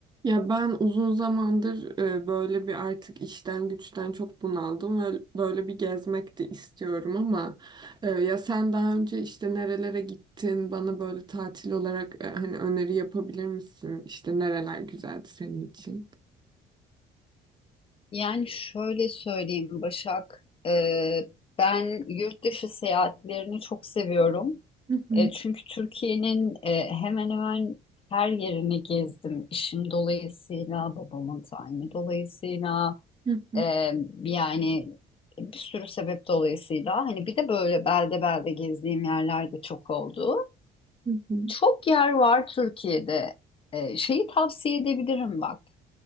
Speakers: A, on the right (about 25°); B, on the left (about 35°).
A: Ya ben uzun zamandır e, böyle bir artık işten güçten çok bunaldım ve böyle bir gezmek de istiyorum ama e, ya sen daha önce işte nerelere gittin bana böyle tatil olarak e, hani öneri yapabilir misin? İşte nereler güzeldi senin için?
B: Yani şöyle söyleyeyim Başak, e, ben yurt dışı seyahatlerini çok seviyorum.
A: Hı hı,
B: E, çünkü Türkiye'nin e, hemen hemen her yerini gezdim. İşim dolayısıyla, babamın tayini dolayısıyla,
A: hı hı,
B: e, yani bir sürü sebep dolayısıyla. Hani bir de böyle belde belde gezdiğim yerler de çok oldu.
A: hı hı.
B: Çok yer var Türkiye'de. E, şeyi tavsiye edebilirim bak.